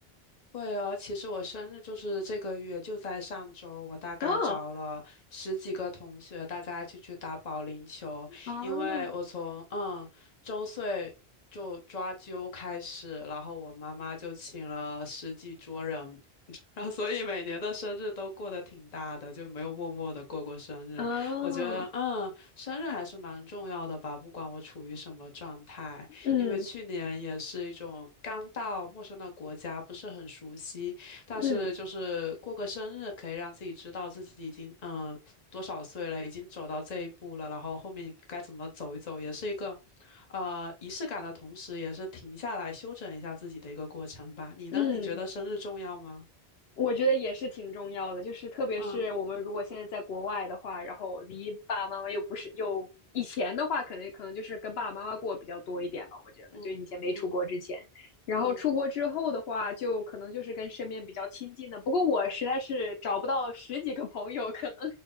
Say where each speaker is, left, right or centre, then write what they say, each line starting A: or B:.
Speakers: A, on the left; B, on the left.
A: 会哦。其实我生日就是这个月，就在上周，我大概找了十几个同学，
B: 哦，
A: 大家一起去打保龄球。
B: 哦，
A: 因为我从嗯周岁就抓阄开始，然后我妈妈就请了十几桌人，<laughs> 然后所以每年的生日都过得挺大的，就没有默默的过过生日。
B: 哦，
A: 我觉得嗯，生日还是蛮重要的吧，不管我处于什么状态。
B: 嗯
A: 因为去年也是一种刚到陌生的国家，不是很熟悉，但是就是过个生日，
B: 嗯
A: 可以让自己知道自己已经嗯多少岁了，已经走到这一步了，然后后面该怎么走一走，也是一个呃仪式感的同时，也是停下来休整一下自己的一个过程吧。你呢？
B: 嗯
A: 你觉得生日重要吗？
B: 我觉得也是挺重要的，就是特别是我们如果现在在国外的话，
A: 嗯
B: 然后离爸爸妈妈又不是又以前的话，可能可能就是跟爸爸妈妈过比较多一点吧。我觉得就以前没出国之前，
A: 嗯嗯
B: 然后出国之后的话，
A: 嗯
B: 就可能就是跟身边比较亲近的。不过我实在是找不到十几个朋友，可能